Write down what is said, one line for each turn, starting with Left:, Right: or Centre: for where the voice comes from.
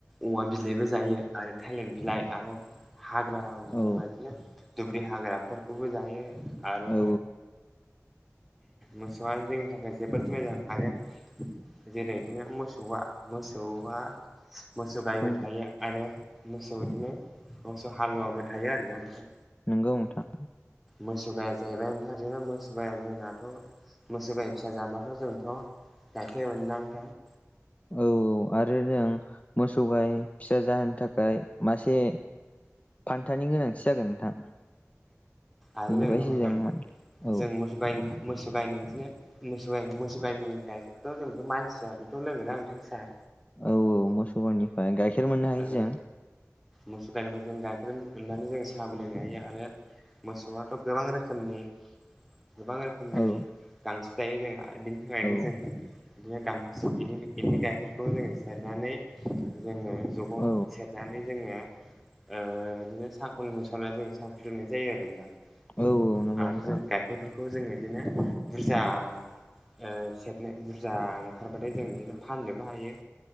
Centre: औवा बिलाइबो जायो आरो थलिर बिलाइ आरो हाग्रा बंग्रा
Left: औ
Centre: बिनो दुब्रि हाग्राफोरखौबो जायो आरो
Left: औ
Centre: मोसौआ जोंनि थाखाय जोबोद मोजां आरो जेरै इदिनो मोसौआ मोसौआ मोसौ गायबो
Left: औ
Centre: थायो आरो मोसौ बिदिनो मोसौ हालुवाबो थायो आरोना
Left: नंगौ नोंथां
Centre: मोसौ गाया जाहैबाय ओमफ्राय रनो मोसाया जोंनाथ' मोसोबाया फिसा जाबाथ' जोंथ' <inaudible>
Left: औ औ आरो जों मोसौ गाय फिसा जाहोनो थाखाय मासे फान्थानि गोनांथि जागोन नोंथां
Centre: आरो
Left: बिनिफ्रायसो
Centre: जोङो
Left: जों औ
Centre: जों मोसौ गाय मोसौ गायनायदिनो मोसौ मोसौ गाइनि गाइखेरखौथ जोंथ' मानसियाबोथ' लोङोना नोंथां सा
Left: औ औ मोसौ गायनिफ्राय गाइखेर मोननो हायो
Centre: ओ
Left: जों
Centre: मोसौ गायनिफ्राय जों गाखखेर मोननानै जों साहाबो लों गायो आरो मोसौआथ' गोबां रोखोमनि गोबां रोखोमनि
Left: औ
Centre: गांसो जायो जों आरो बिनि थाखायनो जों
Left: औ
Centre: बिदिनो <unintelligible> बेनि गाइखेरखौ जोङो सेरनानै जोङो जगाव
Left: औ
Centre: सेरनानै जोङो ओ इदिनो साखननि सल जों स नाय जायो आरो नोंथां
Left: औ नंगौ
Centre: आरो
Left: नोंथां
Centre: जों गाइखेरफोरखौ खौ जोङो बिदिनो बुरजा ओ सेबनो बुरजा ओंखारबाथाय जों बिदिनो फाननोबो हायो